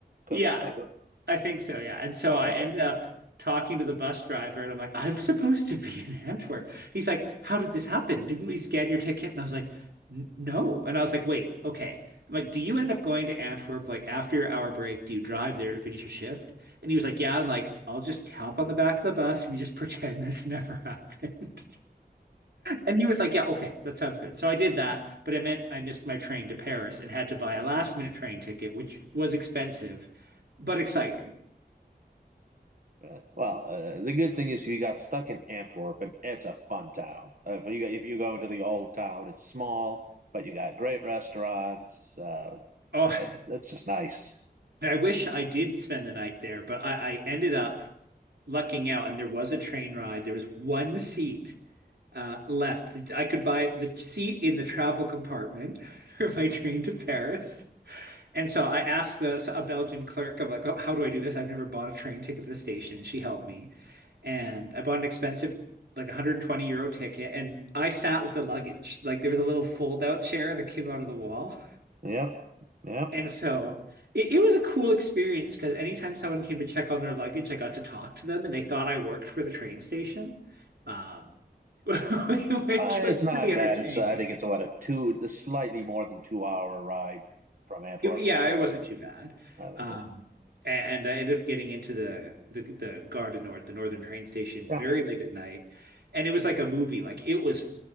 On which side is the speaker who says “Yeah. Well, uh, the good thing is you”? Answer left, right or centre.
Right